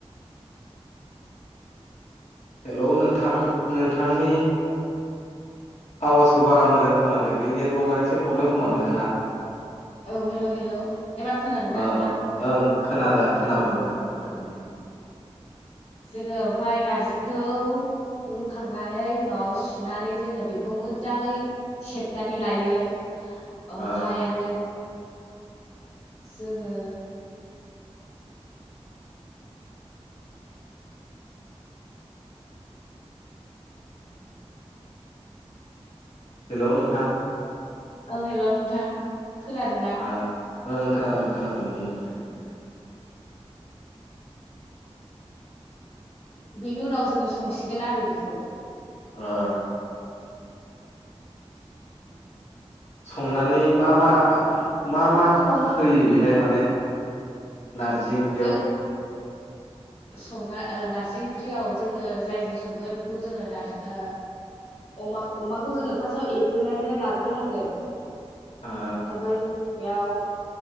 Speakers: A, on the left; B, on the left.
A: हेलौ नोंथां, नोंथांनि आवाजखौ बारा मोजां खोनाफैयाखै नेटवर्कआ एसे प्रब्लेम खोमा नोंथांना।
B: औ हेलौ हेलौ एबार खोनादों ना
A: ओ
B: नोंथां?
A: ओं खोनाबाय खोनाबाय नोंथां खोनाबाय बुं
B: जोङो ओमफाय नारजिखौ रुखांनानै उनाव सुनानै जोङो बेखौ मोजाङै सेबनानै लायो ओमफाय
A: ओ
B: आरो जोङो बि
A: हेलौ नोंथां
B: औ हेलौ नोंथां खोनादों ना?
A: ओ ओं खोनादों खोनादों बुं दे नोंथां।
B: बेनि उनाव जोङो संसिगोन आरो बेखौ।
A: अ
B: औ
A: संनानै मा मा मा मा
B: सं
A: होयो बेहाय माने नारजि ओंख्रियाव
B: जों संना ओ नार्जि ओंख्रियाव जोङो जायजों संगोन बेखौ जोङो नारजि ओ अमाखौ जोङो फार्सआव एवग्रोनालाय लाग्रोनांगोन
A: ओ
B: ओमफाय बेयाव